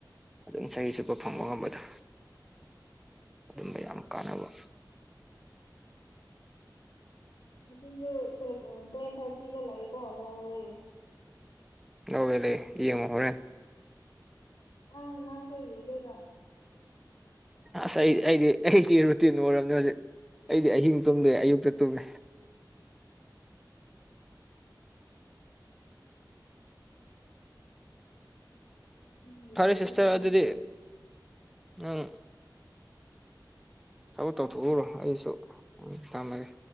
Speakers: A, in the centre; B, on the left.
A: ꯑꯗꯨꯝ ꯆꯍꯤ ꯆꯨꯞꯄ ꯐꯪꯕ ꯉꯝꯕꯗꯣ ꯑꯗꯨꯝꯕ ꯌꯥꯝ ꯀꯥꯟꯅꯕ
B: ꯉꯁꯨ ꯇꯦꯟ ꯊꯥꯔꯇꯤꯗ ꯂꯥꯛꯑꯦꯀꯣ ꯅꯣꯔꯋꯦ
A: ꯑꯣꯕꯦ ꯂꯩ ꯏ ꯃ ꯍꯔꯦ
B: ꯑꯪ ꯅꯪ ꯆꯏꯦꯗꯔ
A: ꯑꯁ ꯑꯩꯗꯤ ꯑꯩꯗꯤ ꯑꯩꯗꯤ ꯔꯨꯇꯤꯟ ꯑꯣꯏꯔꯕꯅꯦ ꯍꯧꯖꯤꯛ ꯑꯩꯗꯤ ꯑꯍꯤꯡ ꯇꯨꯝꯗꯣꯏ ꯑꯌꯨꯛꯇ ꯇꯨꯝꯃꯦ
B: ꯎꯝ ꯌꯦꯡꯒꯗꯕ
A: ꯐꯔꯦ ꯁꯤꯁꯇꯔ
B: ꯃꯥꯟꯗꯦ
A: ꯑꯗꯨꯗꯤ ꯑꯪ ꯊꯕꯛ ꯇꯧꯊꯣꯛꯎꯔꯣ
B: ꯑꯥ
A: ꯑꯩꯁꯨ ꯎꯝ ꯊꯃꯒꯦ